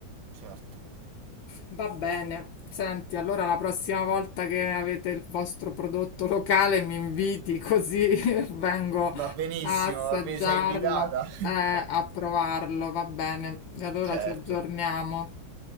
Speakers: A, on the right; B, on the left.
A: certo.
B: Va bene. Senti, allora la prossima volta che avete il vostro prodotto locale mi inviti così <laughs> vengo
A: Va benissimo,
B: a assaggiarlo,
A: va bene, sei invitata. <laughs>
B: eh, a provarlo, va bene. E allora
A: Certo.
B: ci aggiorniamo.